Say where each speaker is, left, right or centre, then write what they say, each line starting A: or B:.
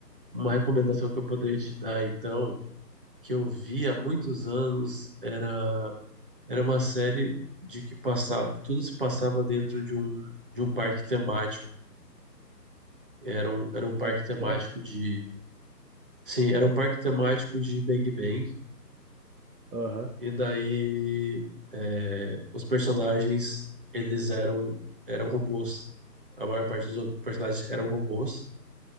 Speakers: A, on the right; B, on the right.
A: Uma recomendação que eu poderia te dar, então, que eu vi há muitos anos, era, era uma série de que passava, tudo se passava dentro de um, de um parque temático. Era um, era um parque
B: Ué,
A: temático
B: sério?
A: de. Sim, era um parque temático de Bang Bang.
B: Aham,
A: E daí é, os personagens, eles eram, eram robôs. A maior parte dos ro- personagens eram robôs.